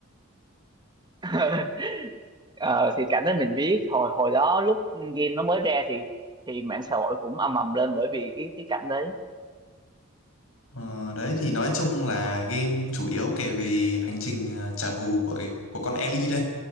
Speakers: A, on the right (about 20°); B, on the left (about 75°).
A: <laughs> Ờ, thì cảnh đó mình biết hồi hồi đó lúc game nó mới ra thì thì mạng xã hội cũng ầm ầm lên bởi vì cái cái cảnh đấy
B: ờ, đấy thì nói chung là game chủ yếu kể về hành trình à, trả thù của của con Ellie đây